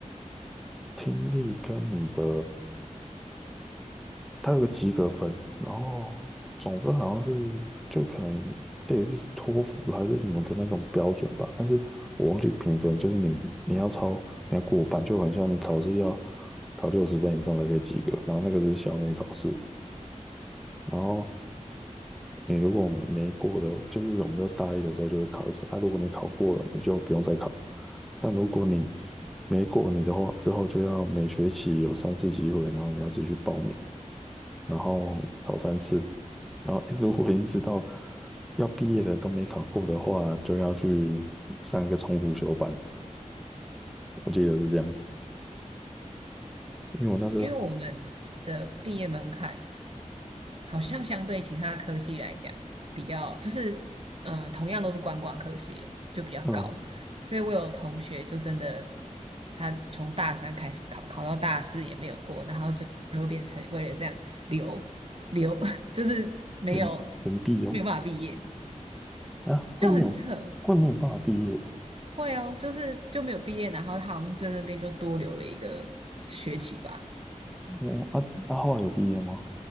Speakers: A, in the centre; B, on the right.
A: 听力跟你的，它有个及格分，然后总分好像是就可能对是托福还是什么的那种标准吧，但是我忘记评分，就是你你要超你要过半，就很像你考试要考六十分以上才可以及格，然后那个是校内考试，然后。你如果没过的，就是我们在大一的时候就会考一次啊。如果你考过了，你就不用再考。但如果你没过你的话，之后就要每学期有三次机会，然后你要自己去报名，然后考三次。然后 <laughs> 如果一直到要毕业了都没考过的话，就要去上一个重辅修班。我记得是这样，因为我那时候
B: 因为我们的毕业门槛。好像相对其他科系来讲，比较就是，呃，同样都是观光科系，就比较高。
A: 嗯
B: 所以我有同学就真的，他从大三开始考，考到大四也没有过，然后最后变成为了这样留留，<laughs> 就是没有
A: 延延毕哦
B: 没有办法毕业，
A: 啊会没有会没有办法毕业哦，
B: 就很扯。会哦，就是就没有毕业，然后他好像在那边就多留了一个学期吧。
A: 我啊啊后来有毕业吗？